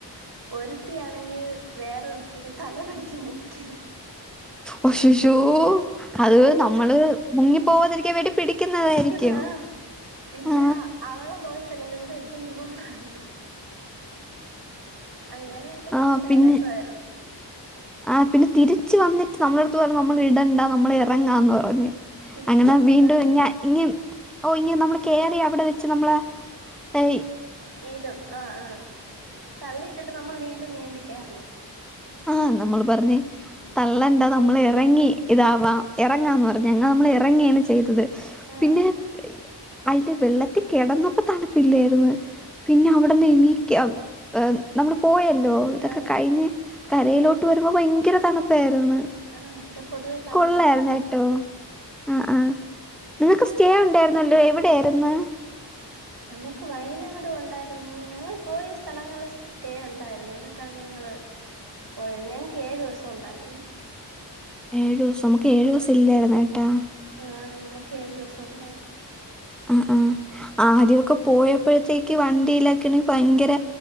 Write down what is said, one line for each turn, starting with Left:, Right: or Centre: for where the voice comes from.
Right: ഒരുത്തിയാണെങ്കി വേറൊരുത്തീടെ തല പിടിച്ച് മുക്കി
Centre: ഒശ് ശ് യ്യോ അത്
Right: അങ്ങനെ
Centre: നമ്മള് മുങ്ങി പോകതിരിക്ക വേണ്ടി പിടിക്കുന്നതായിരിക്കും
Right: പിടിക്കുന്നതാ പിന്നെ
Centre: ആ
Right: അവളെ ബോ എല്ലാരും കൂടെ എടുത്തൊണ്ട് പോണ കണ്ടു അങ്ങനെയൊക്കെ ഭയങ്കര
Centre: ആ പിന്നെ
Right: രസവാരുന്നു
Centre: ആ പിന്നെ തിരിച്ചു വന്നിട്ട് നമ്മളെടുത്ത് പറഞ്ഞ് നമ്മള് ഇടണ്ട നമ്മള് ഇറങ്ങാന്ന് പറഞ്ഞ്
Right: തിരിച്ച്
Centre: അങ്ങനെ
Right: വന്ന്
Centre: വീണ്ടും
Right: ആഹ്
Centre: ഇങ്ങ ഇങ്ങ് ഓ ഇനി നമ്മള് കേറി അവിടെ വെച്ച് നമ്മള് എ
Right: ഇടും ആഹ് ആഹ് തള്ളിയിട്ടിട്ട് നമ്മള് നീണ്ടും നീന്തി കേറണം
Centre: ആഹ് നമ്മള് പറഞ്ഞ് തള്ളണ്ടാ നമ്മള് എറങ്ങി ഇതാവാ എറങ്ങാന്ന് പറഞ്ഞ് അങ്ങെ നമ്മള് എറങ്ങിയാണ് ചെയ്തത്
Right: ആഹ്
Centre: പിന്നെ അയില് വെള്ളത്തി കെടന്നപ്പോ തണുപ്പില്ലേരുന്ന് പിന്നെ അവിടെന്ന് എണിക്കാ ഏഹ് നമ്മള് പോയല്ലോ ഇതൊക്കെ
Right: ആഹ്
Centre: കഴിഞ്ഞ് കരേലോട്ട് വരുമ്പോ ഭയങ്കര തണു പ്പാരുന്ന്
Right: ആഹ് അവിടെ പൊതുവെ തണുപ്പാണ്
Centre: കൊള്ളാരുന്നു ട്ടോ ആഹ് ആഹ് നിങ്ങക്ക് സ്റ്റേ ഒണ്ടാരുന്നല്ലോ എവിടെയാര്ന്ന്
Right: നമുക്ക് വയനാട് പോണ്ടാ ന്ന് ഞങ്ങള് പോയ സ്ഥലങ്ങള് സ്റ്റേ ഒണ്ടായിര്ന്ന് എന്നിട്ടാണ് ഞങ്ങള് പോയത് ഞങ്ങക്ക് ഏഴൂസം ഉണ്ടായിരുന്നു
Centre: ഏഴൂസം നമുക്ക് ഏഴൂസം ഇല്ലായിര്ന്ന് കെട്ടാ
Right: ആ നമു കേഴുദെവസ ഒണ്ടായ്ര്
Centre: ഉം ഉം ആ ആദ്യമൊക്കെ പോയപ്പോഴത്തേക്ക് വണ്ടിയിലക്കണെ ഭയങ്കര